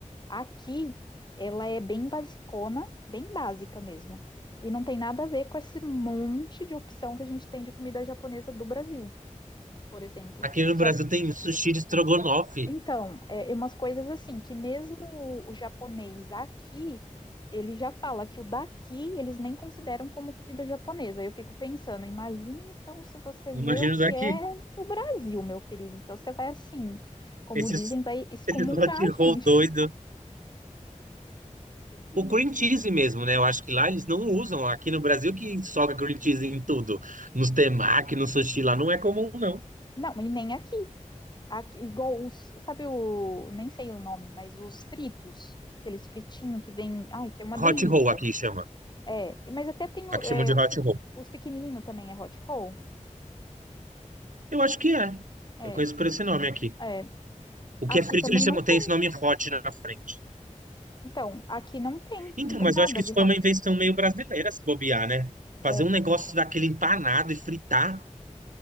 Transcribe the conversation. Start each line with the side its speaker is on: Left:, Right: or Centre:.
Left: aqui, ela é bem basicona, bem básica mesmo. E não tem nada a ver com esse monte de opção que a gente tem de comida japonesa do Brasil, por exemplo.
Right: Aqui no
Left: Só
Right: Brasil tem sushi de estrogonofe.
Left: Então, é, é umas coisas assim, que mesmo o, o japonês aqui, ele já fala que o daqui eles nem consideram como comida japonesa. Eu fico pensando, imagina então se você
Right: Imagina
Left: vê o que
Right: daqui.
Left: é do Brasil, meu querido. Então você vai assim, como
Right: Esses,
Left: dizem, vai excomungar
Right: esses hot <laughs>
Left: a gente.
Right: roll doido.
Left: <laughs>
Right: O cream cheese mesmo, né? Eu acho que lá eles não usam. Aqui no Brasil que soca cream cheese em tudo. Nos temaki, no sushi lá não é comum, não.
Left: Não, e nem aqui. Aqui, igual os, sabe o, nem sei o nome, mas os fritos, aqueles fritinhos que vem, ai, que é uma delícia.
Right: Hot roll aqui chama.
Left: É, e- mas até tem o-
Right: Aqui chamam
Left: é,
Right: de
Left: os,
Right: hot
Left: pequ-
Right: roll.
Left: os pequenininhos também é hot roll.
Right: Eu acho que é.
Left: É,
Right: Eu conheço por esse nome aqui.
Left: é.
Right: O
Left: Aqui
Right: que é frito,
Left: também
Right: eles chamam,
Left: não
Right: tem
Left: tem.
Right: esse nome hot na frente.
Left: Então, aqui não tem,
Right: Então,
Left: não tem
Right: mas
Left: nada
Right: eu acho que isso
Left: de hot.
Right: foi uma invenção meio brasileira, se bobear, né? Fazer
Left: É,
Right: um negócio daquele empanado e fritar.